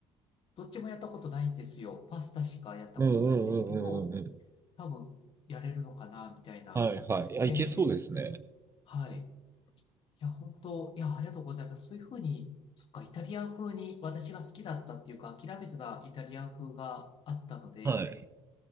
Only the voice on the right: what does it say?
うんうんうんうんうんうん。
はいはい。いや、いけそうですね。
はい。